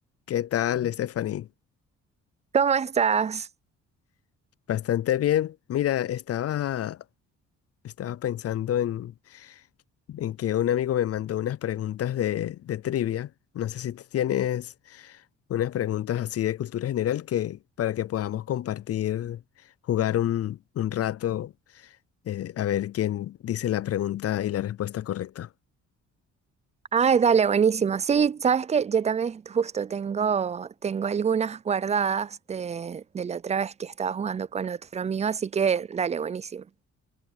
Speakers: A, on the left (about 50°); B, on the right (about 20°).
A: ¿Qué tal, Stephanie?
B: ¿Cómo estás?
A: Bastante bien. Mira, estaba, estaba pensando en, en que un amigo me mandó unas preguntas de, de trivia. No sé si tú tienes unas preguntas así de cultura general que, para que podamos compartir, jugar un, un rato, eh, a ver quién dice la pregunta y la respuesta correcta.
B: Ay, dale, buenísimo. Sí, sabes que yo también justo tengo, tengo algunas guardadas de, de la otra vez que estaba jugando con otro amigo, así que dale, buenísimo.